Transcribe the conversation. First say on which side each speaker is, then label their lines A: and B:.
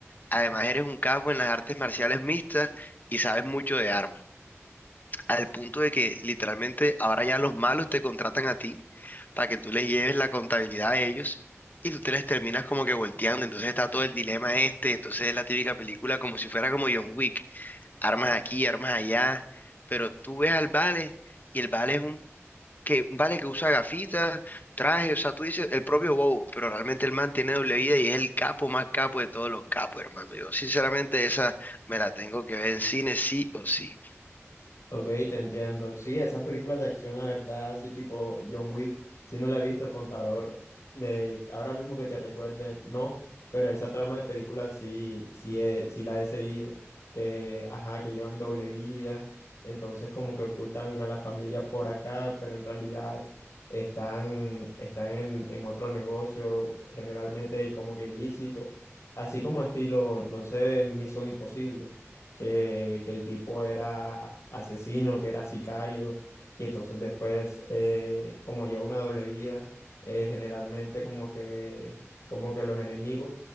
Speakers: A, on the left; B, on the left.
A: Además, eres un capo en las artes marciales mixtas y sabes mucho de armas. Al punto de que literalmente ahora ya los malos te contratan a ti para que tú les lleves la contabilidad a ellos y tú te les terminas como que volteando. Entonces está todo el dilema este. Entonces es la típica película como si fuera como John Wick. Armas aquí, armas allá. Pero tú ves al Vale y el Vale es un que vale que usa gafitas, traje, o sea, tú dices el propio Bow, pero realmente el man tiene doble vida y es el capo más capo de todos los capos, hermano. Yo sinceramente esa me la tengo que ver en cine sí o sí.
B: Ok, te entiendo. Sí, esas películas de acción, la verdad, sí, tipo John Wick, sí me la he visto, El Contador, de ahora mismo que te recuerde, no, pero esa trama de películas sí, sí, he- sí la he seguido, que, ajá, que llevan doble vida, entonces como que ocultan a la familia por acá, pero en realidad están, están en, en otro negocio, generalmente como que ilícito, así como estilo, no sé, Misión Imposible que, que el tipo era asesino, que era sicario, y entonces después, eh, como lleva una doble vida, eh, generalmente como que, como que los enemigos